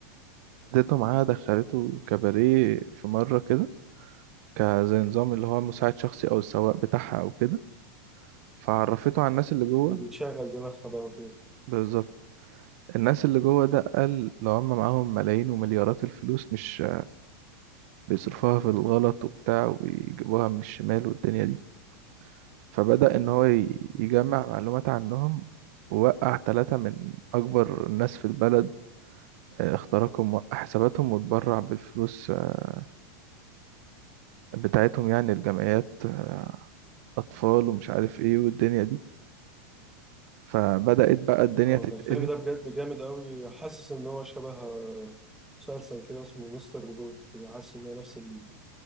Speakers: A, on the right (about 60°); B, in the centre.
A: معاها دخلته كباريه في مرة كده كزي نظام اللي هو مساعد شخصي أو السواق بتاعها أو كده فعرفته على الناس اللي جوه
B: ده بيتشغل دماغها بقى وكده
A: بالظبط الناس اللي جوه ده قال لو هم معاهم ملايين ومليارات الفلوس مش بيصرفوها في الغلط وبتاع وبيجيبوها من الشمال والدنيا دي فبدأ إن هو ي-
B: مم.
A: يجمع معلومات عنهم ووقع ثلاثة من أكبر الناس في البلد آه، اخترقهم وقع حساباتهم واتبرع بالفلوس آه، بتاعتهم يعني الجمعيات آه، أطفال ومش عارف إيه والدنيا دي فبدأت بقى الدنيا
B: اه
A: تتقلب
B: ده الفيلم ده بجد جامد قوي حاسس ان هو شبه آه، مسلسل كده اسمه مستر روبوت كده حاسس ان هو نفس ال...